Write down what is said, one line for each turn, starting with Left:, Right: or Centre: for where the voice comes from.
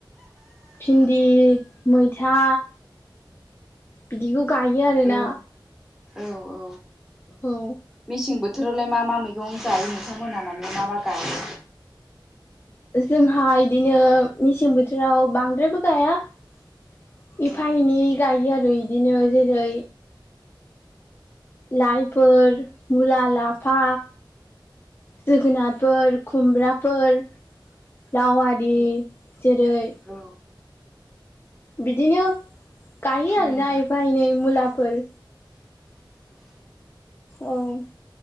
Left: भिन्दि, मैथा बिदिखौ गायो आरोना।
Centre: औ औ औ
Left: औ।
Centre: मेसें बोथोरावलाय मा मा मैगं जायो नोंथांमोनहा माने मा मा गायो।
Left: जोंहा इदिनो मेसें बोथोराव बांद्रायबो गायाव एफा
Centre: औ
Left: एनै गायो आरो इदिनो जेरै लाइफोर, मुला, लाफा। जोगोनारफोर खुमब्राफोर। राव आरारि
Centre: औ
Left: जेरै
Centre: औ
Left: बिदिनो गायो
Centre: उम
Left: आरोना एफा एनै मुलाफोर। औ